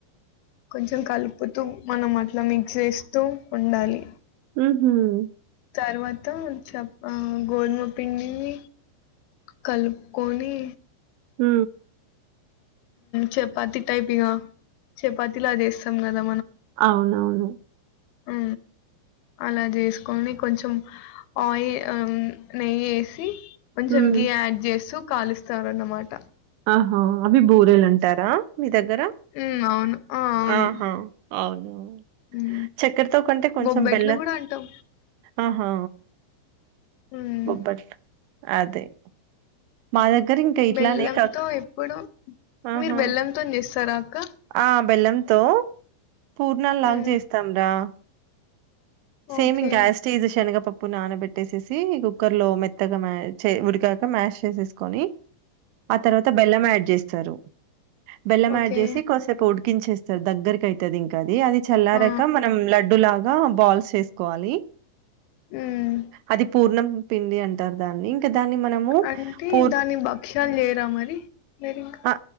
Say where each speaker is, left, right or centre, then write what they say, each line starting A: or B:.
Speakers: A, on the left (about 80°); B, on the right (about 85°).
A: కొంచెం కలుపుతూ మనం అట్లా మిక్స్ చేేస్తూ ఉండాలి
B: ఉ ఉమ్మ్
A: తర్వాత చెప్ప ఆ గోధుమ పిండిని కలుపుకొని
B: ఉ
A: చపాతి టైప్ ఇగ చపాతి లా చేస్తాం కదా
B: అవునవును
A: ఉ అలా చేసుకని కొంచెం ఆయి నెయ్యి వేసి కొంచెం
B: హ్మ్.
A: గి యాడ్ చేస్తూ కాలుస్తారున్నమాట
B: ఆహా అవి బూరేలు అంటారా మీ దగ్గర
A: ఉ అవును ఆ అవును
B: ఆహా! అవును.
A: ఉ
B: చక్కెరతో కంటే కొంచెం
A: బొబ్బెట్లు
B: బెల్లం
A: కూడా అంటాం
B: ఆహా
A: హ్మ్.
B: బొబ్బట్ అదే మా దగ్గర ఇంకా ఇట్లానే
A: బెల్లంతో
B: కక్
A: ఎప్పుడు
B: ఆహా
A: మీరు బెల్లంతోని జేస్తారా అక్క?
B: ఆ బెల్లంతో పూర్ణాలు లాగా
A: హ్మ్.
B: చేస్తాం రా సేమ్
A: ఓకే.
B: ఇంకా యాజస్టిజ్ శనగపప్పు నానబెట్టేసేసి కుక్కర్ లో మెత్తగా మ్య చి ఉడికాక మ్యాష్ చేసేసుకొని ఆ తర్వాత బెల్లం యాడ్ చేస్తారు బెల్లం
A: ఓకే.
B: యాడ్ చేసి కొద్దిసేపు ఉడికించేస్తా దగ్గక అయితది ఇంకా అది అది చల్లారక
A: ఆ!
B: మనం లడ్డు లా ల బాల్స్ చేసుకోవాలి
A: హ్మ్.
B: అది పూర్ణం పిండి అంటారు దాన్ని దాన్ని మనము
A: అంటే
B: పూ
A: దాన్ని భక్ష్యాలు జేయరా మరి మీరింకా?
B: ఆ